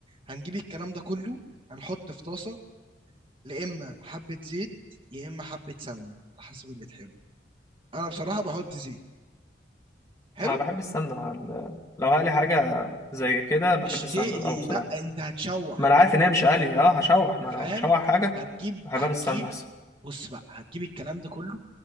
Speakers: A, on the right; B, on the left.
A: هنجيب الكلام ده كله هنحط في طاسه لا اما حبه زيت يا اما حبه سمنه على حسب اللي تحبه انا بصراحه بحط زيت حلو
B: انا بحب السمنه مع ال... لو هقلي حاجه زي كده بحب
A: مش
B: السمنه
A: تقلي
B: قوي بصراحه
A: لا انت هتشوح
B: ما انا عارف ان هي مش قلي اه هشوح ما
A: فاهم
B: لو هشوح حاجه
A: هتجيب
B: بحبها
A: هتجيب
B: بالسمنه احسن
A: بص بقى هتجيب الكلام ده كله